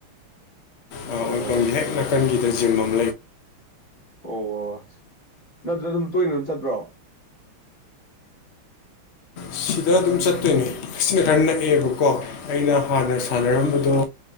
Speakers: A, on the left (about 70°); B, on the left (about 40°).
A: ꯑ ꯑꯣꯏꯕꯪꯒꯤ
B: ꯑꯣ
A: ꯍꯦꯛ ꯅꯥꯀꯟꯒꯤꯗ ꯖꯤꯝ ꯑꯃꯝ
B: ꯑꯣ ꯑꯣꯁ ꯅꯠꯇ꯭ꯔ ꯑꯗꯨꯝ ꯇꯣꯏꯅ ꯑꯗꯨꯝ ꯆꯠꯄ꯭ꯔꯣ
A: ꯁꯤꯗ ꯑꯗꯨꯝ ꯆꯠꯇꯣꯏꯅꯦ ꯁꯤꯅ ꯈꯔ ꯅꯛꯑꯦꯕꯀꯣ ꯑꯩꯅ ꯍꯥꯟꯅ ꯁꯥꯟꯅꯔꯝꯕꯗꯣ